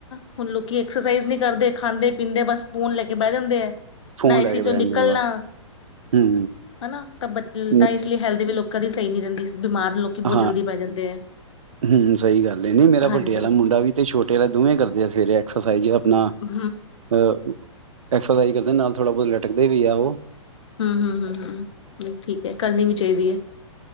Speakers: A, on the left; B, on the right.
A: ਹੁਣ ਲੋਕੀਂ ਐਕਸਰਸਾਈਜ਼ ਨਹੀਂ ਕਰਦੇ ਖਾਂਦੇ ਪੀਂਦੇ ਬਸ ਫੋਨ ਲੈ ਕੇ ਬਹਿ ਜਾਂਦੇ ਏ
B: ਫੋਨ
A: ਨਾ ਏਸ਼ੀ
B: ਲੈ ਕੇ
A: ਚੋਂ
B: ਬਹਿ
A: ਨਿਕਲਣਾ
B: ਜਾਂਦੇ ਨੇ ਬਾਹਰ ਹੂੰ
A: ਹਨਾ, ਤਾਂ ਬ
B: ਹੂੰ
A: ਇਸ ਲਈ ਹੈਲਦੀ ਵੀ ਲੋਕ ਕਦੀ ਸਹੀ ਨੀ ਰਹਿੰਦੀ। ਬਿਮਾਰ ਲੋਕੀ ਬਹੁਤ
B: ਹਾਂ
A: ਜਲਦੀ ਪੈ ਜਾਂਦੇ ਹੈ।
B: ਹੂੰ ਸਹੀ ਗੱਲ ਹੈ, ਨਹੀਂ ਮੇਰਾ
A: ਹਾਂਜੀ,
B: ਵੱਡੇ ਵਾਲਾ ਮੁੰਡਾ ਵੀ ਤੇ ਛੋਟੇ ਵਾਲਾ ਦੋਵੇਂ ਕਰਦੇ ਆ ਸਵੇਰੇ ਐਕਸਰਸਾਈਜ਼ ਆਪਣਾ ਅਹ
A: ਹੂੰ,
B: ਐਕਸਰਸਾਈਜ਼ ਕਰਦੇ ਨਾਲ ਥੋੜ੍ਹਾ ਬਹੁਤ ਲਟਕਦੇ ਵੀ ਆ ਉਹ
A: ਹੂੰ-ਹੂੰ-ਹੂੰ-ਹੂੰ ਠੀਕ ਹੈ, ਕਰਨੀ ਵੀ ਚਾਹੀਦੀ ਹੈ,